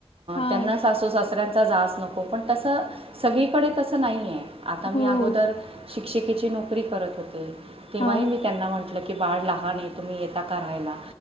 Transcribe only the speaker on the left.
हां.
हो.
हां,